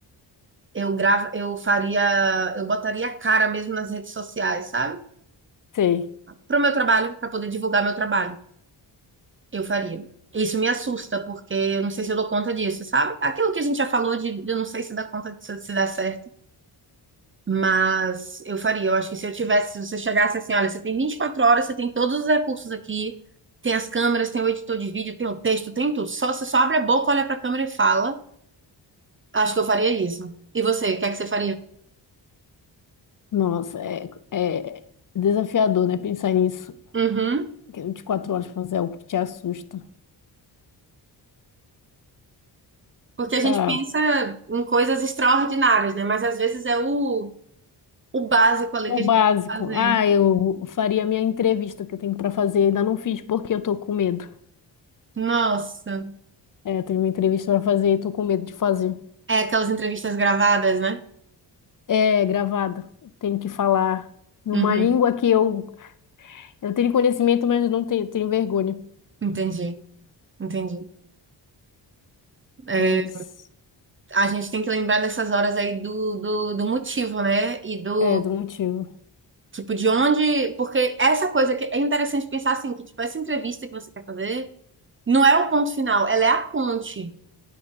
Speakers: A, on the right (about 30°); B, on the left (about 45°).
A: eu grava, eu faria, eu botaria a cara mesmo nas redes sociais, sabe?
B: sei.
A: Para o meu trabalho, para poder divulgar meu trabalho. Eu faria. Isso me assusta, porque eu não sei se eu dou conta disso, sabe? Aquilo que a gente já falou de eu não sei se dá conta, se, se dá certo, mas eu faria. Eu acho que se eu tivesse, se você chegasse assim, olha, você tem 24 horas, você tem todos os recursos aqui, tem as câmeras, tem o editor de vídeo, tem o texto, tem tudo. Só você só abre a boca, olha pra câmera e fala. Acho que eu faria isso. E você, o que é que você faria?
B: Nossa, é, é desafiador, né? Pensar nisso.
A: Uhum.
B: Que é 24 horas pra fazer algo que te assusta.
A: Porque a gente
B: Ah,
A: pensa em coisas extraordinárias, né? Mas às vezes é o, o básico ali
B: o
A: que
B: básico.
A: a gente tem que fazer.
B: Ah, eu faria a minha entrevista que eu tenho pra fazer, ainda não fiz porque eu tô com medo.
A: Nossa.
B: É, eu tenho uma entrevista pra fazer e tô com medo de fazer.
A: É, aquelas entrevistas gravadas, né?
B: É gravado. Tenho que falar numa
A: Uhum,
B: língua que eu, eu tenho conhecimento, mas eu não tenho, tenho vergonha.
A: entendi, entendi. É,
B: É isso.
A: a gente tem que lembrar nessas horas aí do, do, do motivo, né? E do,
B: É, do motivo.
A: tipo, de onde... Porque essa coisa que é interessante pensar assim, que, tipo, essa entrevista que você quer fazer não é o ponto final, ela é a ponte,